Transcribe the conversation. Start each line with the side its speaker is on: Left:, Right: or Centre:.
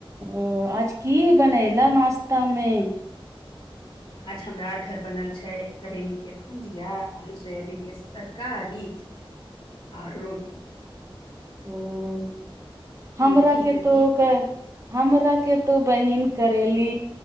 Right: ओ आज की बनैेल नास्तामे
Left: आज हमरा आर घर बनल छै करेलीके भुजिया आलू सोयाबीनके तरकारी आओर रोटी
Right: हू
Left: हम्म,
Right: हमरा
Left: तीत
Right: के
Left: तीत
Right: तो क हमरा के तो बहिन करेली